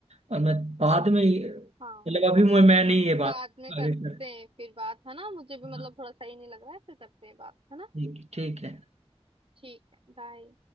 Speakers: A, on the right; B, on the right.
A: और मैं बाद में
B: हाँ
A: मतलब अभी मैं मैं नहीं ये बात
B: बाद में करते
A: आगे कर
B: हैं फिर बात है ना मुझे भी मतलब
A: हाँ,
B: थोड़ा सही नहीं लग रहा है फिर करते हैं बात है ना
A: ठीक ठीक है
B: ठीक है बाय